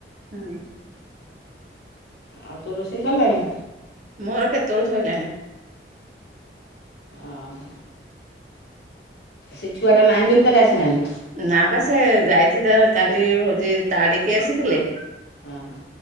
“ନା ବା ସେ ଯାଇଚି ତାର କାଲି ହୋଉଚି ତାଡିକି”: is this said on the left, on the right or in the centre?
Right